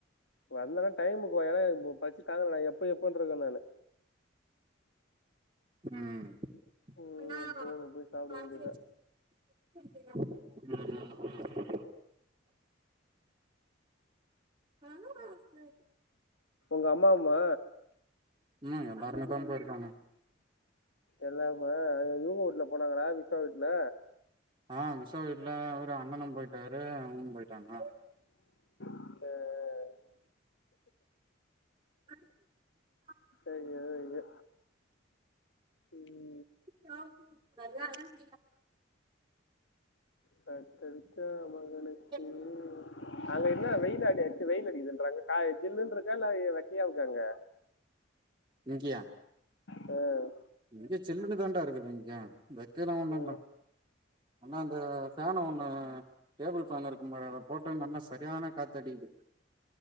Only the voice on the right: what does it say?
ம்
அண்ணா
பாத்து
வச் ம் ம் ம் கனமா இருக்கு
ம்மா எல்லாருமே தா போயிருக்காங்க
ஆ விஷ்வா வீட்ல அவரு அண்ணனு போயிட்டாரு அவுங்ளு போயிட்டாங்க
<unintelligible>
<unintelligible>
<unintelligible>
இங்கியா
இங்க சில்லன்னு தாண்டா இருக்கு வெங்கியோ வெக்கல்லா ஒன்னு
இல்ல ஆனா அந்த ஃபேனு ஒண்ணு டேபிள் ஃபேன் இருக்கும்பாரு அத போட்டா நல்ல சரியான காத்தடிக்குது